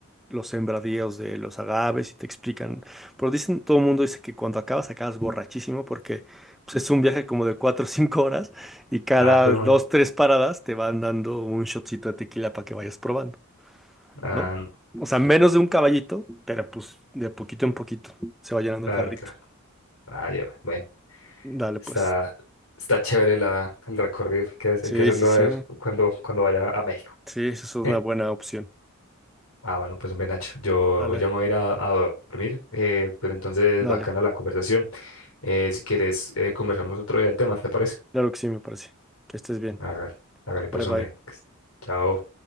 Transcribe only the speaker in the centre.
los sembradíos de los agaves y te explican. Pero dicen, todo el mundo dice que cuando acabas, acabas borrachísimo porque pues, es un viaje como de 4 o 5 horas y cada
2
3 paradas te van dando un shotcito de tequila para que vayas probando,
¿no?
O sea, menos de un caballito, pero pues de poquito en poquito se va llenando
el jarrito.
Dale,
pues.
Sí,
sí, sí.
Sí, esa es una
buena opción.
Dale,
dale.
Claro que sí, me parece. Que estés bien.
Bye,
bye.